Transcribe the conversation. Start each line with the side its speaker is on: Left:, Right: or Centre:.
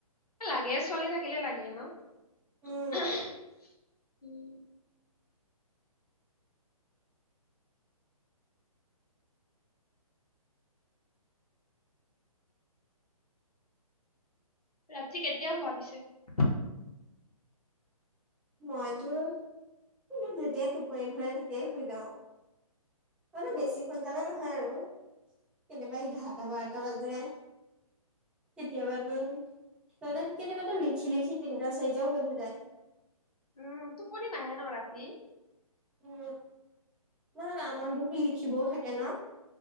Left: লাগে ছোৱালী থাকিলে লাগে ন'। <unintelligible>
Centre: উম
Left: উম'। ৰাতি কেতিয়া শুৱা পিছে।
Centre: মইতো যেতিয়াই টোপনি ধৰে তেতিয়াই শুই যাওঁ। মানে
Left: উম
Centre: বেছি সোনকালে নহয় আৰু কেতিয়াবা এঘাৰটা, বাৰটা বাজে। কেতিয়াবাতো মানে কেতিয়াবাতো লিখি লিখি তিনটা, চাৰিটাও বাজি যায়।
Left: উম, টোপনি নাহে ন ৰাতি।
Centre: উম, নাই নাই আমাৰ বহুত লিখিবও থাকে ন।